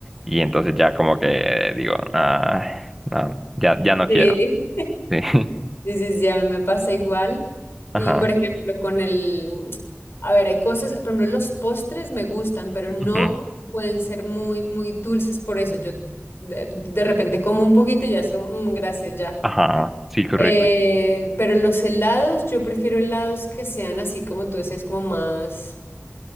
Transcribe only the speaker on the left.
Sí.
Sí, sí, sí, a mí me pasa igual. Y
por ejemplo, con el, a ver, hay cosas, por ejemplo, los postres me gustan, pero no
pueden ser muy, muy dulces por eso. Yo de, de repente como un poquito y ya es como, "Mm, gracias, ya.
Eh, pero los helados, yo prefiero helados que sean así como tú decías, como más,